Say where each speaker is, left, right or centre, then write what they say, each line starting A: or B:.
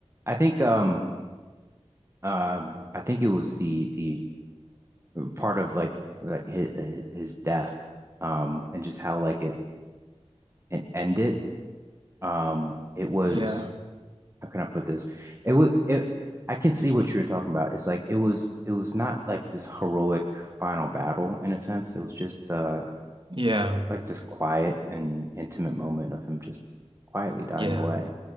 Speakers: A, on the right; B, on the right.
A: I think um um I think it was the the part of like like his his death um and just how like it and end it Um it was
B: Yeah.
A: how can I put this? It was it I can see what you were talking about. It's like it was it was not like this heroic final battle in a sense. It was just uh
B: Yeah.
A: like this quiet and intimate moment of him just quietly dying
B: Yeah.
A: away.